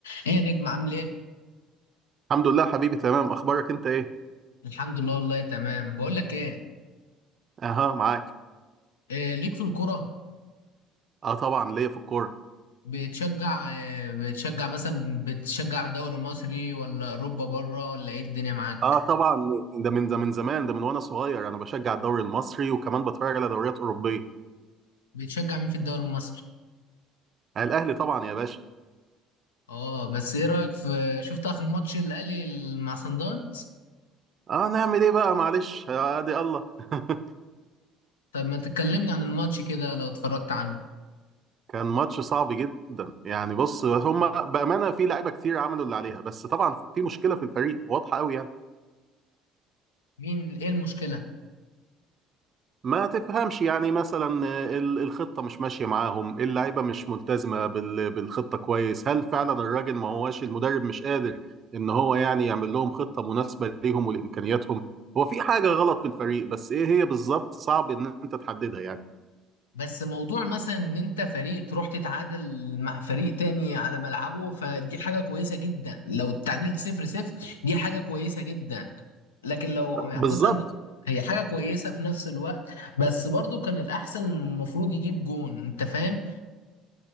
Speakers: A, on the left; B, on the right.
A: ايه يا نجم عامل ايه؟
B: الحمد لله حبيبي تمام اخبارك انت ايه
A: الحمد لله والله تمام بقول لك ايه
B: اها معاك
A: إيه ليك في الكرة
B: اه طبعا ليا في الكوره
A: بتشجع إيه بتشجع مثلا بتشجع الدوري المصري ولا اوروبا بره ولا ايه الدنيا معاك؟
B: اه طبعا ده من ده من زمان ده من وانا صغير انا بشجع الدوري المصري وكمان بتفرج على دوريات اوروبيه
A: بتشجع مين في الدوري المصري؟
B: آه الاهلي طبعا يا باشا
A: اه بس ايه رأيك في شفت اخر ماتش الاهلي مع صن داونز؟
B: اه نعمل ايه بقى معلش آه، ادي الله <laughs>
A: طب ما تكلمني عن الماتش كده لو اتفرجت عنه
B: كان ماتش صعب جدا يعني بص هم بامانه في لعيبه كتير عملوا اللي عليها بس طبعا في مشكله في الفريق واضحه قوي يعني
A: مين ايه المشكلة؟
B: ما تفهمش يعني مثلا آه، ال- الخطة مش ماشية معاهم اللعيبة مش ملتزمة بال- بالخطة كويس هل فعلا الراجل ما هواش المدرب مش قادر ان هو يعني يعمل لهم خطة مناسبة ليهم ولإمكانياتهم هو في حاجة غلط في الفريق بس ايه هي بالظبط صعب ان انت تحددها يعني
A: بس موضوع مثلا ان انت فريق تروح تتعادل مع فريق تاني على ملعبه فدي حاجة كويسة جدا لو اتعادلت صفر صفر دي حاجة كويسة جدا لكن لو يعني
B: بالظبط
A: مثلا هي حاجة كويسة في نفس الوقت بس برضو كان الأحسن المفروض يجيب جون أنت فاهم؟